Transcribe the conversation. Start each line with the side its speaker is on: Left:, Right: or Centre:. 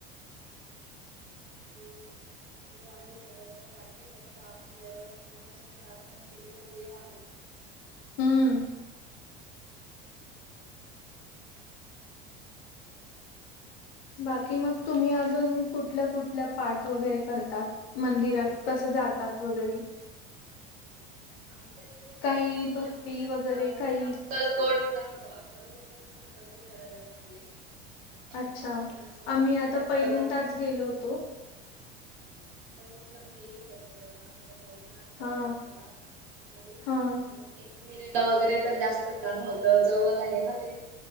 Right: ह. देव आहे सगळ्यांच्या पाठी. फक्त आपण देवाला मनापासून प्रार्थना केली तर, देव आहेत.
Left: हम्म. बाकी मग तुम्ही अजून कुठल्या कुठल्या- पाठ वगैरे करतात? मंदिरात कसं जातात? वगैरे.
Right: आमच्या इथून
Left: काही
Right: असं म्ह मी.
Left: भक्ती
Right: आम्ही पण
Left: वगैरे
Right: जाऊन
Left: काही
Right: अक्कलकोट- ला. हो अक्कलकोटला मी पण भरपूर वेळा जाऊन आले. कारण
Left: अच्छा.
Right: का मी स्वामींना
Left: आम्ही आता
Right: जास्त
Left: पहिल्यांदाच
Right: मानते.
Left: गेलो होतो.
Right: अक्कलकोटला मी गेले भरपूर वेळा. माझा भाऊ पण आत्ता
Left: हा
Right: जाऊन आला. मधी-
Left: हा
Right: एकविरेला वगैरे तर जास्तच जाण होत. जवळ आहे ना ते?